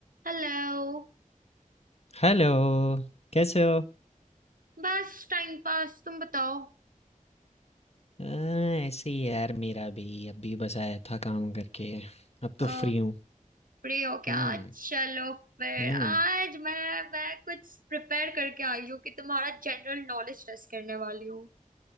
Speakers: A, on the right; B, on the left.
A: Hello
B: Hello कैसे हो
A: बस time pass तुम बताओ
B: आ, ऐसे ही यार मेरा भी अभी बस आया था काम करके अब
A: अ,
B: तो फ्री हूँ
A: फ्री हो क्या
B: हम्म
A: चलो फिर
B: हम्म
A: आज मैं मैं कुछ प्रिपेयर करके आई हूँ कि तुम्हारा जनरल नॉलेज टेस्ट करने वाली हूँ